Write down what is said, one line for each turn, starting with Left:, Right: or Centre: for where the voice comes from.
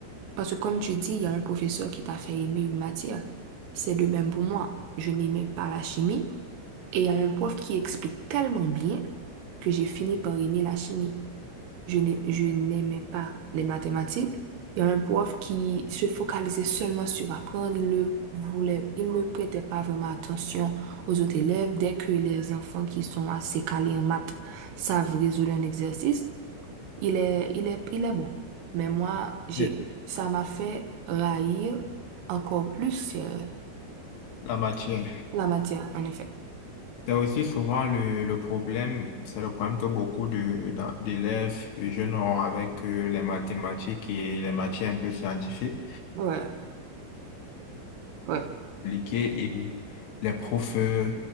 Right: Parce que comme tu dis, il y a un professeur qui t'a fait aimer une matière. C'est de même pour moi. Je n'aimais pas la chimie et il y a un prof qui explique tellement bien que j'ai fini par aimer la chimie. Je n'ai- je n'aimais pas les mathématiques. Il y a un prof qui se focalisait seulement sur apprendre. Il ne voulait, il ne prêtait pas vraiment attention aux autres élèves. Dès que les enfants qui sont assez calés en maths savent résoudre un exercice, il est, il est, il est bon. Mais moi, j'ai,
Left: Et
Right: ça m'a fait raillir encore plus euh,
Left: La matière.
Right: la matière, en effet.
Left: C'est aussi souvent le, le problème, c'est le problème que beaucoup de, d'a- d'élèves, de jeunes ont avec euh, les mathématiques et les matières un peu scientifiques,
Right: Ouais, ouais,
Left: compliquées et les profs, euh,